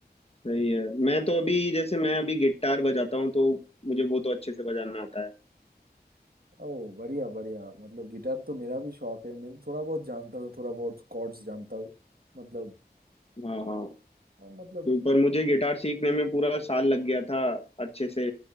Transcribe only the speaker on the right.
ओ बढ़िया बढ़िया मतलब गिटार तो मेरा भी शौक है मैं थोड़ा बहुत जानता हूँ थोड़ा बहुत कॉर्ड्स जानता हूँ मतलब
मतलब